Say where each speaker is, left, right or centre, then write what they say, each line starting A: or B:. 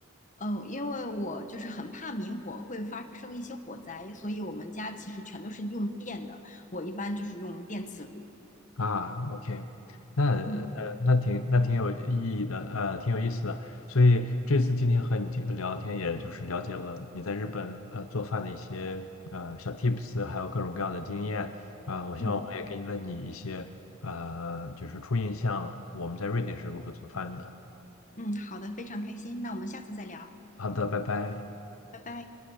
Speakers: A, on the left; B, on the left.
A: 嗯，呃因为我就是很怕明火会发生一些火灾，所以我们家其实全都是用电的。我一般就是用电磁炉。
B: 啊？OK，那呃那挺那挺有意义的，
A: 嗯
B: 呃挺有意思的。所以这次今天和你听聊天，也就是了解了你在日本呃做饭的一些呃小 tips，还有各种各样的经验啊、我希望我也给了你一些呃就是初印象，
A: 嗯
B: 我们在瑞典是如何做饭的。
A: 嗯，好的，非常开心。那我们下次再聊，
B: 好的，拜拜。
A: 拜拜。